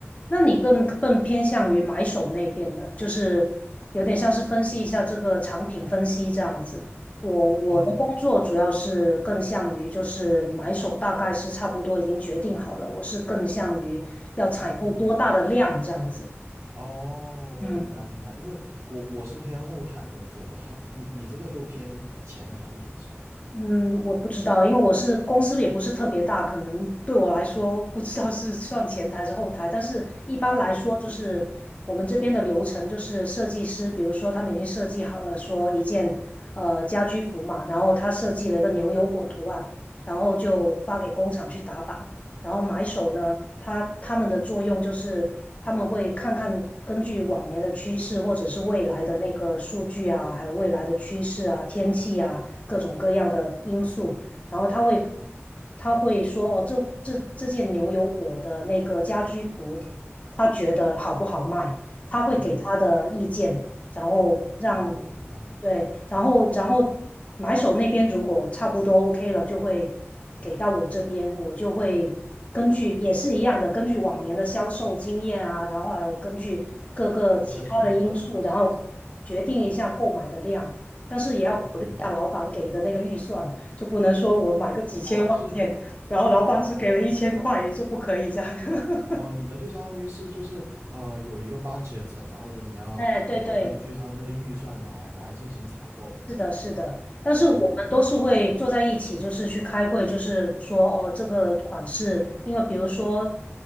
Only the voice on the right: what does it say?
呃，
哦哦，
我明白明白，因为我我是偏后台工作的，他你你这个就偏前台一点是吗
？OK，
嗯，
哦，明白。
然后再去购买啊什么之类的。
OK，
哦，就是，
哦哦
哦哦，你们就相当于是就是呃有一个 budget，然后呢你要你要根据他的那个预算来来进行采购。
哦，我明白明白。